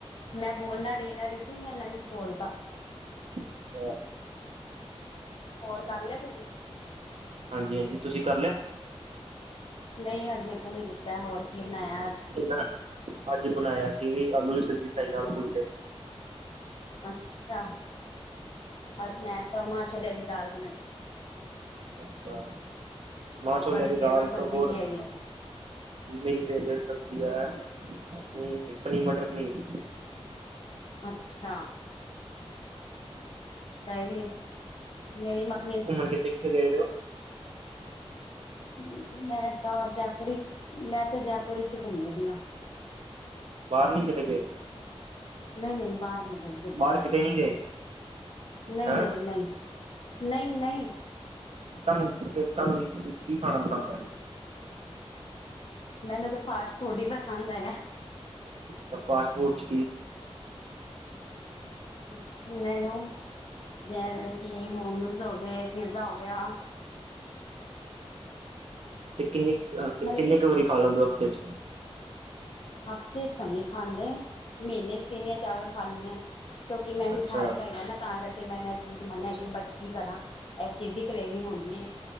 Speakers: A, on the left; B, on the right.
A: ਮੈਂ ਬੋਲਨਾ ਡਿਨਰ ਈ ਸੀ ਮੈਂ ਲੰਚ ਬੋਲਤਾ।
B: ਅੱਛਾ।
A: ਹੋਰ ਕਾਰ ਲੇਆ ਤੁਸੀਂ?
B: ਹਾਂਜੀ-ਹਾਂਜੀ, ਤੁਸੀਂ ਕਰ ਲਿਆ?
A: ਨਈਂ ਹਜੇ ਤ ਨੀ ਕੀਤੈ ਹੋਰ ਕੀ ਬਨਾਯਾ ਆਜ?
B: ਠੀਕ ਏ ਣਾ, ‌ਆੱਜ ਬਣਾਏਆ ਸੀ ਵੀ ਆਲੂ ਦੀ ਸਬਜੀ ਬਣਾਈ ਨਾਲ ਫੁਲਕੇ।
A: ਅੱਛਾ, ਆੱਜ ਮੈ ਤਾ ਮਾਂ ਛੋਲੇਆਂ ਦੀ ਦਾਲ਼ ਬਣਾਈ। ਸੀ।
B: ਅੱਛਾ,
A: ਤੁਹਾਡੀ
B: ਮਾਂ ਛੋਲੇਆਂ ਦੀ
A: ਫੇਵਰੇਟ
B: ਦਾਲ
A: ਸਬਜ਼ੀ
B: ਤੋ ਹੋਰ
A: ਕੀ ਹੈਗੀ?
B: ਮੇਰੀ ਫੇਵਰੇਟ ਸਬਜੀ ਐ, ਆਪਨੀ ਪਨੀਰ ਮਟਰ-ਪਨੀਰ।
A: ਅੱਛਾ। ਸਈ ਏ, <unintelligible>
B: ਘੁੰਮਣ ਕਿੱਥੇ-ਕਿੱਥੇ ਗਏ ਦੇ ਓ?
A: ਮ ਮੈਂ ਤਾਂ ਜੈਪੁਰੀ, ਮੈਂ ਤੇ ਜੈਪੁਰੀ ਚ ਘੁੰਮੇ ਦੀ ਆਂ।
B: ਬਾਰ ਨੀ ਕਿਤੇ ਗਏ?
A: ਨਈ-ਨਈ ਬਾਰ ਨੀ ਗਈ। ਗਰਮੀ
B: ਬਾਹਰ ਕਿਤੇ ਨੀ ਗਏ
A: ਨਈਂ-ਨਈਂ-ਨਈਂ,
B: ਹੈਂ
A: ਨਈਂ-ਨਈਂ।
B: ਤੁਹਾਨੂੰ <inaudible> ਕੀ ਖਾਣਾ ਪਸੰਦ ਹੈ?
A: ਮੈਨੂੰ ਤੇ ਫਾਸਟ-ਫੂਡ ਈ ਪਸੰਦ ਹੈਗਾ।
B: ਤ ਫਾਸਟ-ਫੂਡ ਚ ਕੀ
A: <inaudible> <unintelligible> ਮੈਨੂੰ ਜੈਵੇਂ ਕਿ ਮੋਮੋਜ ਹੋ ਗਏ, ਪੀਜ਼ਾ ਹੋ ਗੇਆ।
B: ਤੇ ਕਿੰਨੀ ਕ ਅ,
A: ਮਤਲਬ
B: ਕਿੰਨੇ
A: ਕਿ
B: ਕ ਵਰੀ ਖਾ ਲੈਂਦੇ ਓ ਹਫਤੇ ਚ?
A: ਹਫਤੇ ਚ ਤਾਂ ਨਈਂ ਖਾਂਦੇ, ਮ੍ਹੀਨੇ ਚ ਤਿੰਨ ਯਾ ਚਾਰ ਵਾਰ ਖਾ ਲੀਨੇ ਆ। ਕੇਓਕਿ ਮੈਨ
B: ਅੱਛਾ
A: ਥਾਏਰੇੜ ਹੈਗਾ ਨਾ ਤਾਂ ਕਰਕੇ ਮੈਨਜ ਮਨ
B: ਅੱਛਾ
A: ਹੈਗੀ ਬਟ ਕੀ ਕਰਾ, ਐਸੀ ਵੀ ਕਰੇਵਿੰਗ ਹੁੰਦੀ ਐ,